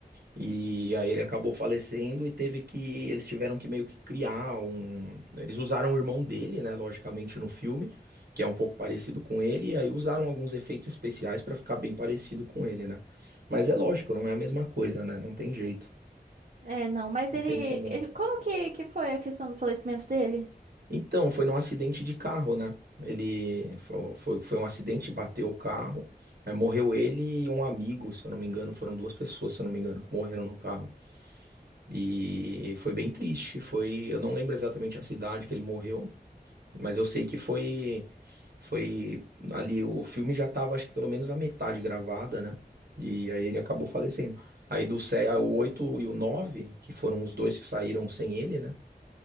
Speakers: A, on the right (about 70°); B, on the right (about 55°).
A: E aí ele acabou falecendo e teve que. Eles tiveram que meio que criar um. Eles usaram o irmão dele, né? Logicamente, no filme, que é um pouco parecido com ele. E aí usaram alguns efeitos especiais pra ficar bem parecido com ele, né? Mas é lógico, não é a mesma coisa, né? Não tem jeito.
B: É, não, mas
A: Não
B: ele,
A: tem como.
B: ele- como que, que foi a questão do falecimento dele?
A: Então, foi num acidente de carro, né? Ele fo- foi, foi, um acidente, bateu o carro. Aí morreu ele e um amigo, se eu não me engano, foram duas pessoas, se eu não me engano, que morreram no carro. E foi bem triste, foi, eu não lembro exatamente a cidade que ele morreu, mas eu sei que foi foi ali o filme já tava acho que pelo menos a metade gravada, né? E aí ele acabou falecendo. Aí do sé- o 8 e o 9 que foram os dois que saíram sem ele, né?